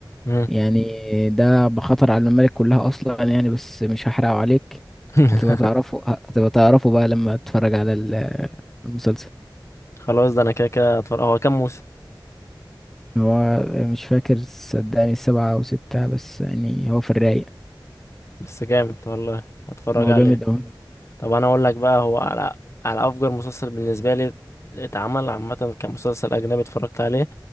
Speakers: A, on the left (about 35°); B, in the centre.
A: امم
B: يعني ده بخطر على الممالك كلها اصلا يعني بس مش هحرقه عليك
A: <laughs>
B: هتبقى تعرفه هتبقى تعرفه بقى لما تتفرج على ال- المسلسل
A: خلاص ده انا كده كده هتفرج هو كام موسم
B: هو مش فاكر صدقني السبعة او ستة بس يعني هو في الرايق
A: بس جامد والله هتفرج
B: هو
A: عليه
B: جامد اوي
A: طب انا اقول لك بقى هو على على افجر مسلسل بالنسبه لي اتعمل عامه كمسلسل اجنبي اتفرجت عليه